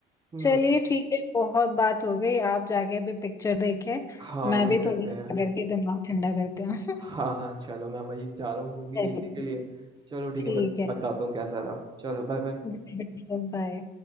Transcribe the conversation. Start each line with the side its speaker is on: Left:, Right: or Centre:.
Right: हम्म
Left: चलिए ठीक है बहुत बात हो गई आप जाके अभी पिक्चर देखें
Right: हाँ
Left: मैं
Right: वही
Left: भी
Right: करते
Left: थोड़ी
Right: हैं
Left: करके दिमाग ठंडा करती हूँ <laughs>
Right: हाँ हाँ चलो मैं वही जा रहा हूँ मूवी
Left: चलिए
Right: देखने के लिए चलो ठीक
Left: ठीक
Right: है मैं बताता हूँ कैसा रहा चलो बाय बाय
Left: है बाय